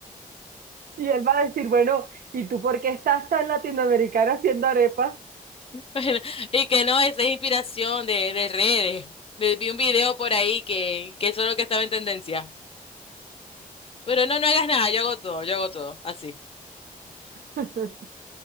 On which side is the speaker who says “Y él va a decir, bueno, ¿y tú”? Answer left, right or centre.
Right